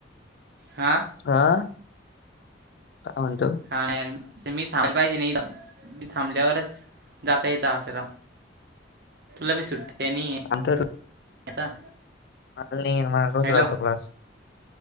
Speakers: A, on the right; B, on the left.
A: हां..
B: हा... काहंतु.
A: हा, मी थांबलं पाहिजे. नाही मी थांबल्यावरच... जात य त पेरा, तुलाभी सुट्टे नाही. आहे
B: अंतर.
A: आता.
B: अस नहीं. मागच
A: हॅलो
B: राहतो क्लास